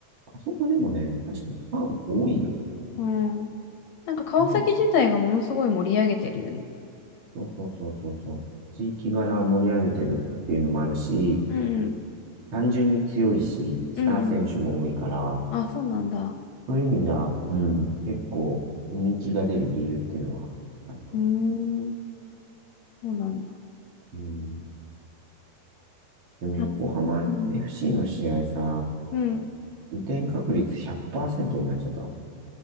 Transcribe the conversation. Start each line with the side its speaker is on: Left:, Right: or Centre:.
Right: あそこでもね、確かにファン多いよ。
Left: うん。なんか川崎自体がものすごい盛り上げてるよね。
Right: なん、そうそうそうそうそう。地域柄盛り上げてるっていうのもあるし、
Left: うん、
Right: 単純に強いし、スター選手も多いから、
Left: うん、うん。あ、そうなんだ。
Right: そういう意味じゃ、うん、結構人気が出る理由っていうのはあるかな。
Left: うーん、そうなんだ。
Right: うん。でも横浜
Left: あ、うん、
Right: FC の試合さ、
Left: うん、
Right: 雨天確率100%になっちゃった。